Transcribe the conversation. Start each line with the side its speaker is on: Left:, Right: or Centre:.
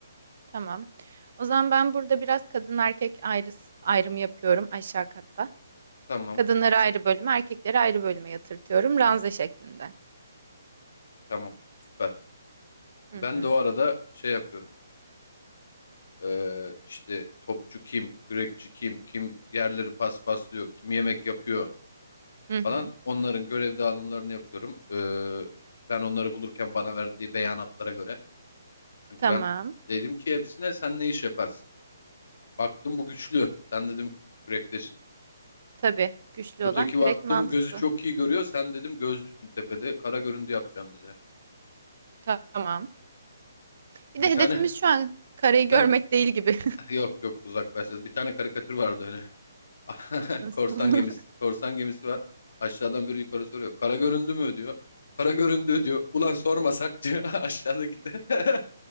Right: Tamam. O zaman ben burada biraz kadın erkek ayrı, ayrımı yapıyorum aşağı katta.
Left: Tamam.
Right: Kadınları ayrı bölüme, erkekleri ayrı bölüme yatırtıyorum ranza şeklinde.
Left: Tamam. Süper.
Right: Hı
Left: Ben
Right: hı.
Left: de o arada şey yapıyorum. Ee, işte topçu kim, kürekçi kim, kim yerleri paspaslıyor, kim yemek yapıyor
Right: Hı hı.
Left: falan. Onların görev dağılımlarını yapıyorum. Ee, ben onları bulurken bana verdiği beyanatlara göre. Çünkü
Right: Tamam.
Left: ben dedim ki hepsine sen ne iş yaparsın? Baktım bu güçlü. Sen dedim kürektesin.
Right: Tabii. Güçlü
Left: Öteki
Right: olan kürek
Left: baktım
Right: mantıklı.
Left: gözü çok iyi görüyor. Sen dedim gözlüsün tepede. Kara göründü yapacaksın bize.
Right: Tamam. Bir
Left: Bir
Right: de
Left: tane
Right: hedefimiz şu an karayı
Left: <laughs>
Right: görmek
Left: ben
Right: değil gibi.
Left: yok yok uzaklaşacağız. Bir tane karikatür vardı öyle. <laughs>
Right: <laughs> Nasıl?
Left: Korsan gemisi. Korsan gemisi var. Aşağıdan biri yukarı soruyor. Kara göründü mü diyor. Kara göründü diyor. Ulan sormasak diyor <laughs> aşağıdaki de. <laughs>